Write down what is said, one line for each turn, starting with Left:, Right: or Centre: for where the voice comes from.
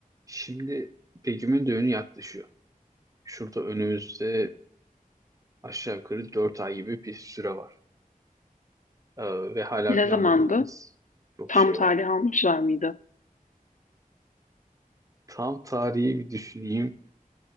Right: Şimdi Begüm'ün düğünü yaklaşıyor. Şurada önümüzde aşağı yukarı 4 ay gibi bir süre var. Ee, ve hala
Left: Ne
Right: planladığımız
Left: zamandı?
Right: çok
Left: Tam
Right: şey
Left: tarih
Right: var.
Left: almışlar mıydı?
Right: Tam tarihi bir düşüneyim.